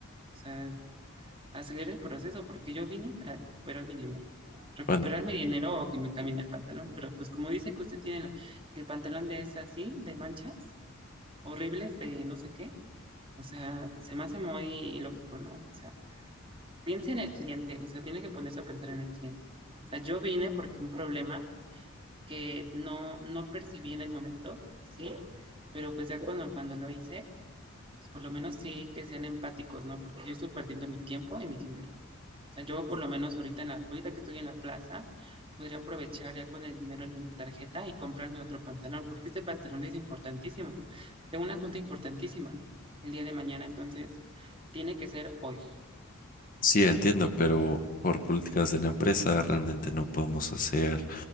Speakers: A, on the right; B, on the left.
A: O sea, acelera el proceso porque yo vine para recuperar mi dinero. Recuperar
B: Bueno,
A: mi dinero o que me cambien el pantalón. Pero pues como dice que usted tiene la- que el pantalón de es así, de manchas horribles, de no sé qué. O sea, se me hace muy ilógico, ¿no? O sea, piense en el cliente. O sea, tiene que ponerse a pensar en el cliente. O sea, yo vine porque un problema que no, no percibí en el momento, ¿sí? Pero pues ya cuando, cuando lo hice pues por lo menos sí que sean empáticos, ¿no? Porque yo estoy perdiendo mi tiempo y mi dinero. O sea, yo por lo menos ahorita, en la, ahorita que estoy en la plaza, podría aprovechar ya con el dinero en mi tarjeta y comprarme otro pantalón, porque este pantalón es importantísimo. Tengo una junta importantísima el día de mañana, entonces tiene que ser hoy.
B: Sí, entiendo, pero por políticas de la empresa realmente no podemos hacer